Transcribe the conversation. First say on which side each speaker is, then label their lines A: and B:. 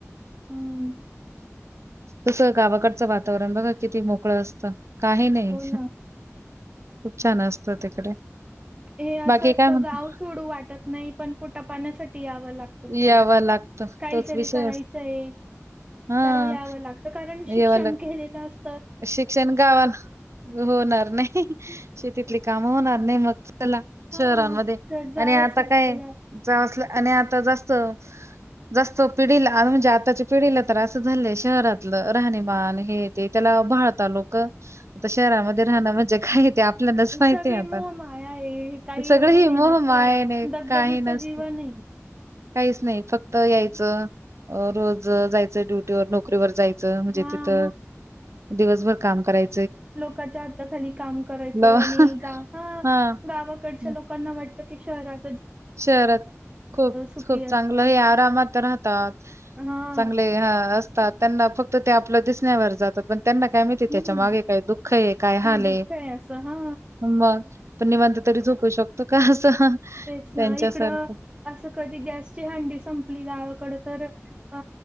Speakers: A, on the right (about 25°); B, on the right (about 60°).
A: हम्म.
B: तस गावाकडचं वातावरण बघा किती मोकळ असतं. काही नाही
A: हो ना.
B: खूप छान असत तिकडे.
A: हे असं
B: बाकी
A: असतं
B: काय म्हणता?
A: गाव सोडू वाटत नाही पण पोटा पाण्यासाठी या व लागत सोडून
B: यावं लागतं.
A: काहीतरी
B: तोच विषय
A: करायचंय.
B: असतो. हां.
A: तर यावं लागत कारण शिक्षण
B: येवाला
A: केलेलं अस.
B: शिक्षण गावात होणार नाही शेतीतली काम होणार नाही मग चला
A: हां.
B: शहरांमध्ये
A: तर जावंच
B: आणि आता
A: लागतं
B: काय
A: या
B: जावं च. आणि आता जास्त. जास्त पिढीला म्हणजे आताच्या पिढीला तर असं झालंय शहरातलं राहणीमान हे ते त्याला भाळता लोक आता शहरामध्ये राहणं म्हणजे काय. ते आपल्यालाच माहितीय
A: सगळे
B: आता.
A: मोह माया आहे हे काही
B: सगळं
A: एवढं
B: ही
A: हे
B: मोह
A: नस
B: माय नाही
A: दगदगीचं
B: काही नसत
A: जीवन नाही.
B: काहीच नाही फक्त यायचं रोज जायचं ड्युटीवर नोकरीवर जाय च म्हणजे
A: हा
B: तिथ दिवसभर काम कराय.
A: लोकाच्या हाताखाली काम करायचं
B: लव
A: आणि गावा
B: हां.
A: गावाकडच्या
B: हं.
A: लोकांना वाटतं. की शहरा
B: शहरात खूप
A: सुखी
B: खूप
A: असतं.
B: चांगलं हे आरामात राहतात.
A: हा
B: चांगले असतात त्यांना फक्त ते आपलं दिसण्यावर जातात पण त्यांना काय माहिती
A: हम्म
B: त्याच्या मागे काय दुःख आहे काय हाल
A: दुःख
B: आहे.
A: असं हा
B: मग पण निवांत तरी झोपू शकतो का असं?
A: तेच
B: त्यांच्यासारखं.
A: ना इकडं असं कधी गॅसची हंडी संपली गावाकड तर अ